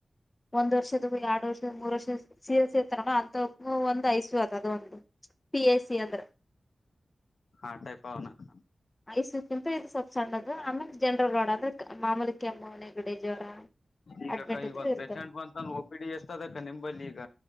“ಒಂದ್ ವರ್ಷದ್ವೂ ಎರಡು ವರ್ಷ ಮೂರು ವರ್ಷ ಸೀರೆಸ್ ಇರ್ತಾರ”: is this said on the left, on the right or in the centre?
Left